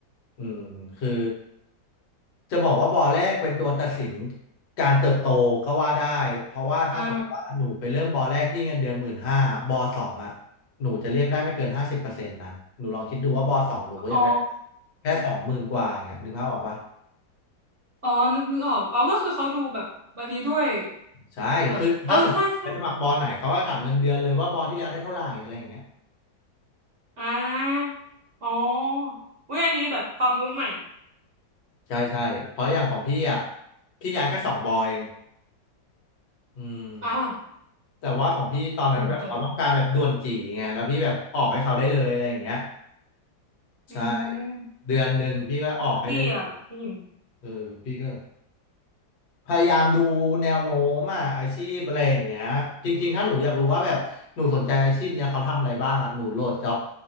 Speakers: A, on the left; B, on the right.
A: อืมคือจะบอกว่าบอแรกเป็นตัวตัดสินการเติบโตก็ว่าได้เพราะว่าถ้าสมมติว่าหนูไปเริ่มบอแรกที่เงินเดือนหมื่นห้าบอสองอ่ะ
B: อ่า
A: หนูจะเรียกได้ไม่เกินห้าสิบเปอร์เซ็นต์นะหนูลองคิดดูว่าบอสองหนูก็ยังได้
B: อ๋อ
A: แค่สองหมื่นกว่าอย่างเงี้ยนึกภาพออกปะ
B: อ๋อนึกนึกออกอ๋อก็คือเขาดูแบบวันนี้ด้วย
A: ใช่คือถ้าสมมติไปสมัครบอไหนเขาก็ถามเงินเดือนเลยว่าบอที่แล้วได้เท่าไหร่อะไรอย่างเงี้ย
B: แบบเออใช่ใช่อ่าอ๋อเว้ยอันนี้แบบความรู้ใหม่
A: ใช่ใช่เพราะอย่างของพี่อ่ะพี่ย้ายแค่สองบอเองอืม
B: อ่า
A: แต่ว่าของพี่ตอนนั้นแบบเขาต้องการแบบด่วนจีไงแล้วพี่แบบออกให้เขาได้เลยอะไรอย่างเงี้ย
B: โหแต่
A: ใช่
B: อืม
A: เดือนหนึ่งพี่ก็ออกให้ได้เลย
B: ดีอ่ะพี่หิม
A: เออพี่ก็ พยายามดูแนวโน้มอ่ะอาชีพอะไรอย่างเงี้ยจริงๆถ้าหนูอยากรู้ว่าแบบหนูสนใจอาชีพเนี้ยเขาทำอะไรบ้างอ่ะหนูโหลดจ็อบ